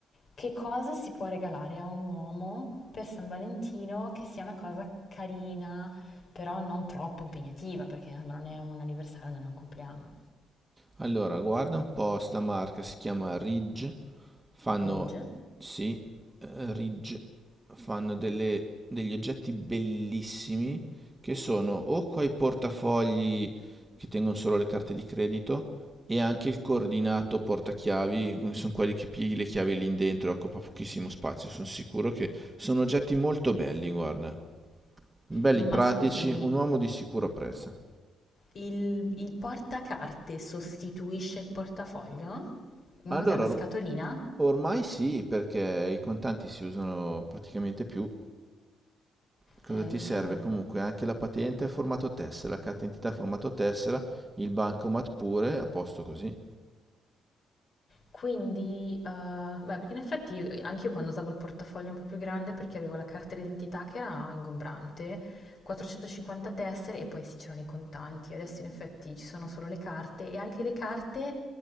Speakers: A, on the left (about 50°); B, on the right (about 15°).
A: Che cosa si può regalare a un uomo per San Valentino che sia una cosa carina, però non troppo impegnativa, perché insomma, non è un anniversario, non è un compleanno.
B: Allora, guarda un po', sta marca si chiama Ridge, fanno,
A: Ridge?
B: sì, eh, Ridge, fanno delle- degli oggetti bellissimi che sono o quei portafogli che tengono solo le carte di credito e anche il coordinato portachiavi, che sono quelli che pieghi le chiavi lì dentro, e occupa pochissimo spazio, sono sicuro che sono oggetti molto belli, guarda, belli
A: Ma
B: pratici,
A: scusami,
B: un uomo di sicuro apprezza.
A: il, il portacarte sostituisce il portafoglio? Ma
B: Allora,
A: cos'è, una
B: or-
A: scatolina?
B: ormai sì, perché i contanti si usano praticamente più. Cosa
A: Eh, hai
B: ti
A: ragione.
B: serve? Comunque anche la patente a formato tessera, la carta d'identità a formato tessera, il bancomat pure, a posto così.
A: Quindi, eh, beh, perché in effetti io- anche io quando usavo il portafoglio un po' più grande perché avevo la carta d'identità che era ingombrante, 450 tessere e poi sì, c'erano i contanti. Adesso in effetti ci sono solo le carte e anche le carte,